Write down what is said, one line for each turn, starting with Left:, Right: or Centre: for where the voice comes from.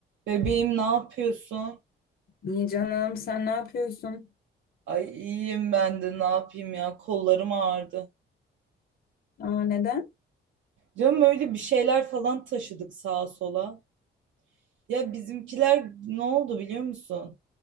Right: Bebeğim ne yapıyorsun?
Left: İyi canım sen ne yapıyorsun?
Right: Ay iyiyim ben de ne yapayım ya kollarım ağrıdı.
Left: Aa, neden?
Right: Canım öyle bir şeyler falan taşıdık sağa sola. Ya bizimkiler ne oldu biliyor musun?